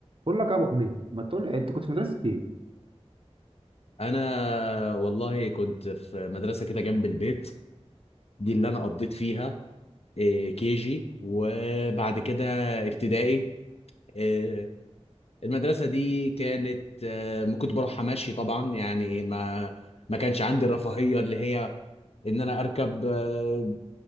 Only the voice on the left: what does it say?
انا والله كنت في مدرسه كده جنب البيت دي اللي انا قضيت فيها آه، كي جي وبعد كده ابتدائي إيه، المدرسه دي كانت آه، ما كنت بروحها ماشي طبعا يعني ما ما كانش عندي الرفاهيه اللي هي ان انا اركب آه،